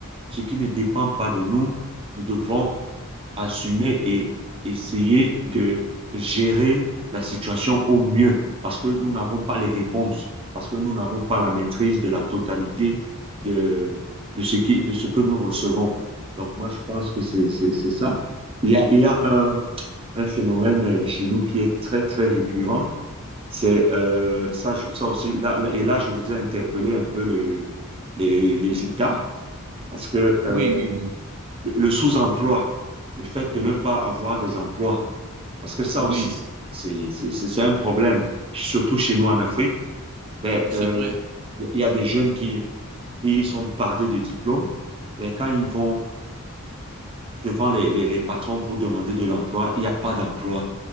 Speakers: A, on the right (about 25°); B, on the right (about 70°).
A: ce qui ne dépend pas de nous, nous devons assumer et essayer de gérer la situation au mieux parce que nous n'avons pas les réponses, parce que nous n'avons pas la maîtrise de la totalité de, de, ce qui, de ce que nous recevons. Donc moi, je pense que c'est c'est- c'est ça. Il y a, il y a un, un phénomène euh, chez nous qui est très, très récurrent. C'est euh, ça, ça aussi, là, et là, je voudrais interpeller un peu le, les, les États, parce que euh,
B: Oui, oui, oui.
A: le, le sous-emploi, le fait de ne pas avoir des emplois, parce que ça
B: Oui,
A: aussi, c'est c'est- c'est- c'est un problème, surtout chez nous en Afrique. Ben,
B: c'est
A: euh,
B: vrai.
A: Il y a des jeunes qui ils sont bardés de diplômes, mais quand ils vont devant les, les, les patrons pour demander de l'emploi, il n'y a pas d'emploi.